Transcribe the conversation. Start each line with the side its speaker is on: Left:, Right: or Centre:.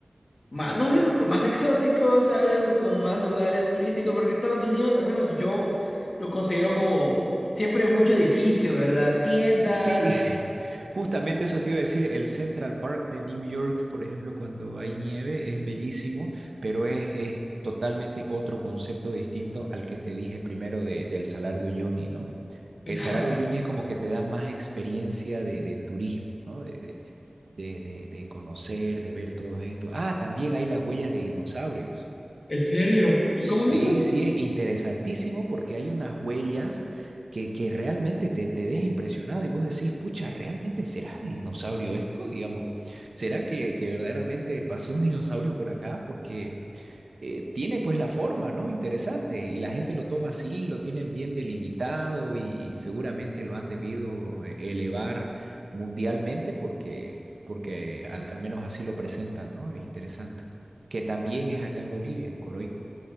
Left: más, no sé, más exóticos, ¿sabes? Con más lugares turísticos, porque Estados Unidos, al menos yo, lo considero como siempre mucho edificio, ¿verdad? Tiendas.
Right: Sí, <laughs>
Left: <laughs>
Right: justamente eso te iba a decir. El Central Park de New York, por ejemplo, cuando hay nieve, es bellísimo, pero es, es totalmente otro concepto distinto al que te dije primero de, del Salar de Uyuni, ¿no?
Left: Claro.
Right: El salario junior es como que te da más experiencia de, de turismo, ¿no? De, de, de, de conocer, de ver todo esto. Ah, también hay las huellas de dinosaurios.
Left: ¿En serio? ¿Y
Right: Sí,
Left: cómo es eso?
Right: sí, es interesantísimo porque hay unas huellas que, que realmente te, te deja impresionado y vos decís, pucha, ¿realmente será de dinosaurio esto? Digamos, ¿será que, que verdaderamente pasó un dinosaurio por acá? Porque eh, tiene pues la forma, ¿no? Interesante. Y la gente lo toma así, lo tienen bien delimitado y, y seguramente lo han debido eh, elevar mundialmente porque, porque al, al menos así lo presentan, ¿no? Es interesante. Que también es acá en Bolivia, en Coroico.